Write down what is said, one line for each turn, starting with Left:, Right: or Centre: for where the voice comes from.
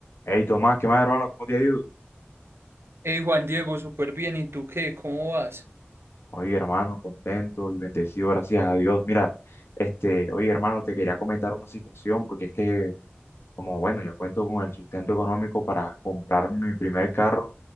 Left: Hey Tomás, ¿qué más hermano? ¿Cómo te ha ido?
Right: Hey Juan Diego, súper bien. ¿Y tú qué? ¿Cómo vas?
Left: Oye hermano, contento y bendecido, gracias a Dios. Mira, este, oye hermano, te quería comentar una situación porque es que, como bueno, ya cuento con el sustento económico para comprar mi primer carro,